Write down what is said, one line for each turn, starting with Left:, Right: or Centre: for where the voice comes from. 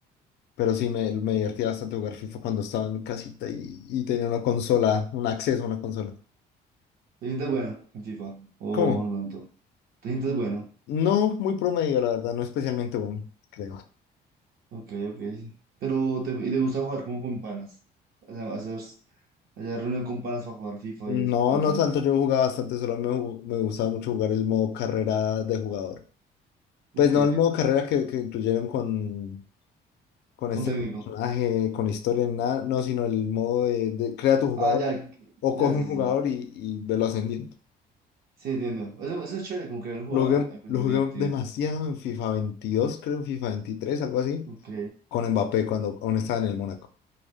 Left: pero sí, me, me divertía bastante jugar FIFA cuando estaba en casita y, y tenía una consola, un acceso a una consola.
Right: ¿Te sientes bueno en FIFA? ¿O
Left: ¿Cómo?
Right: no tanto? ¿Te sientes bueno?
Left: No, muy promedio, la verdad, no especialmente bueno, creo.
Right: Ok, ok. Pero, ¿te, y te gusta jugar como con panas? O sea, hacer, hacer reunión con panas para jugar FIFA
Left: No,
Right: y eso, o no
Left: no
Right: tanto.
Left: tanto, yo jugaba bastante, solo me, ju- me gustaba mucho jugar el modo carrera de jugador.
Right: Ok,
Left: Pues no el modo carrera que, que incluyeron con con este
Right: con técnico.
Left: personaje, con historia, ni nada, no, sino el modo de, de crea tu jugador
Right: Ah, ya,
Left: o
Right: ya,
Left: coge
Right: sí,
Left: un jugador
Right: sí.
Left: y, y velo ascendiendo.
Right: Sí, entiendo. Eso, eso es chévere, como que el jugador,
Left: Lo jugué,
Right: es
Left: lo
Right: muy
Left: jugué
Right: divertido.
Left: demasiado en FIFA veintidós, creo en FIFA veintitrés, algo así,
Right: Ok.
Left: con Mbappé cuando aún estaba en el Mónaco.